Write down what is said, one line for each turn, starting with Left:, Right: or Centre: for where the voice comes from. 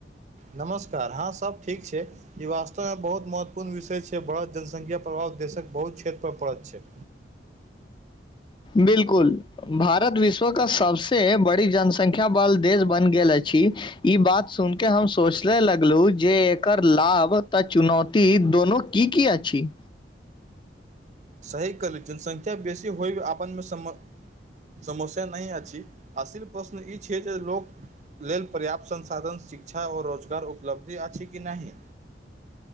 Right: नमस्कार हँ सब ठीक छै ई वास्तवमे बहुत महत्वपूर्ण विषय छै बड़त जनसंख्या प्रभाव देशक बहुत क्षेत्र पर पड़त छै
Left: बिलकुल भारत विश्वके सभसँ बड़ी जनसंख्या बाल देश बनि गेल अछि ई बात सुन के हम सोचले लगलहु जे एकर लाभ तऽ चुनौती ती दोनो की की अछि
Right: सही कहली जनसंख्या बेसी होइब आपनमे सम समस्या नहि अछि असली प्रश्न ई छै जे लोक लेल पर्याप्त संसाधन शिक्षा और रोजगार उपलब्धि अछि कि नहि